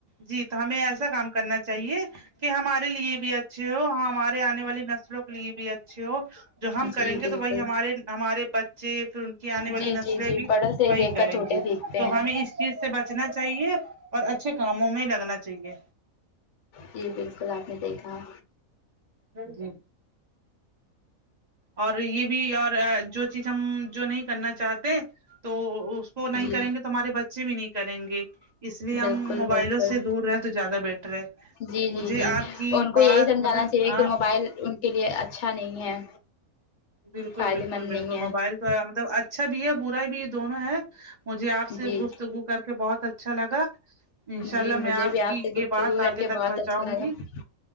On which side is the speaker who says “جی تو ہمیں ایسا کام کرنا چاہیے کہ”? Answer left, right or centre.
Right